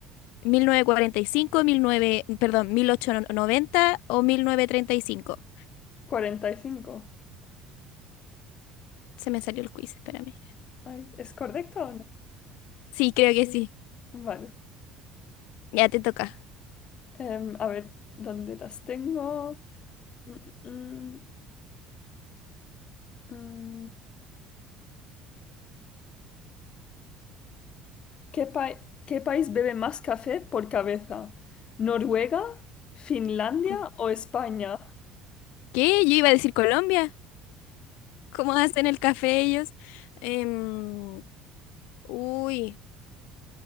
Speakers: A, on the left; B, on the left.
A: Mil novecientos cuarenta y cinco, mil nueve, perdón, 1890 o 1935.
B: 45.
A: Se me salió el quiz, espérame.
B: Ay, ¿es correcto o no?
A: Sí, creo que sí.
B: Vale.
A: Ya te toca.
B: Em, a ver, ¿dónde las tengo? Mm, mm, mm. mm. ¿Qué pa- qué país bebe más café por cabeza? ¿Noruega, Finlandia
A: Col-
B: o España?
A: ¿Qué? Yo iba a decir Colombia. ¿Cómo hacen el café ellos? Em, uy,